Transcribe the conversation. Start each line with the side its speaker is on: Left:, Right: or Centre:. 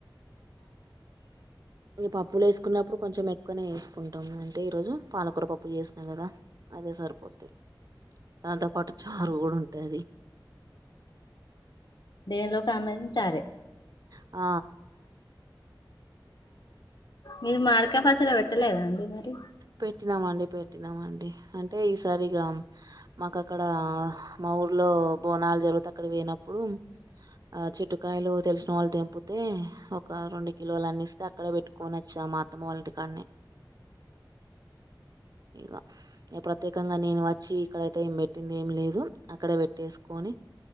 Right: ఈ పప్పులు వేసుకున్నప్పుడు కొంచెం ఎక్కువనే వేసుకుంటాము అంటే ఈరోజు పాలకూర పప్పు చేసినా కదా అదే సరిపోత్ది దాంతో పాటు చారు కూడా ఉంటాది
Left: దేనిలోకి కామ్బినేషన్ చారే
Right: ఆ
Left: మీరు మామిడికాయ పచ్చడి పెడతలేదాండి మరి
Right: పెట్టినామ అండి పెట్టినామ అండి అంటే ఈసారిగా మాకు అక్కడ మా ఊర్లో బోనాలు జరుగుతాయి అక్కడ పోయినప్పుడు ఆ చెట్టుకాయలు తెలిసిన వాళ్ళు తెంపితే ఒక రెండు కిలోలు అన్నిస్తే అక్కడే పెట్టుకొని వచ్చామా అత్తమ్మ వాళ్ళ ఇంటి కాడనే ఇక ప్రత్యేకంగా నేను వచ్చి ఇక్కడైతే ఏం పెట్టింది ఏమి లేదు అక్కడే పెట్టేసుకొని